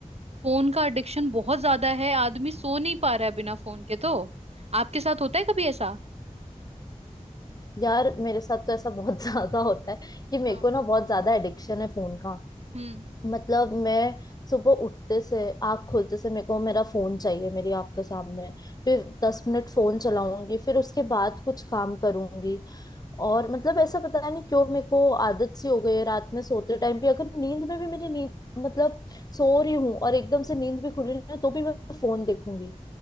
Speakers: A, on the right; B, on the left.
A: फोन का एडिक्शन बहुत ज्यादा है आदमी सो नहीं पा रहा है बिना फोन के तो आपके साथ होता है कभी ऐसा
B: यार मेरे साथ तो ऐसा बहुत <laughs> ज्यादा होता है कि मेरे
A: हाँ
B: को ना बहुत ज्यादा एडिक्शन है फोन का
A: हम्म
B: मतलब मैं सुबह उठते से आँख खोलते से मेरे को मेरा फोन चाहिए मेरी आँख के सामने फिर दस मिनट फोन चलाऊंगी फिर उसके बाद कुछ काम करूंगी और मतलब ऐसा पता नहीं क्यों मेरे को आदत सी हो गई है रात में सोते टाइम भी अगर नींद में भी मेरी नींद मतलब सो रही हूँ और एकदम से नींद भी खुली ना तो भी मैं फोन देखूंगी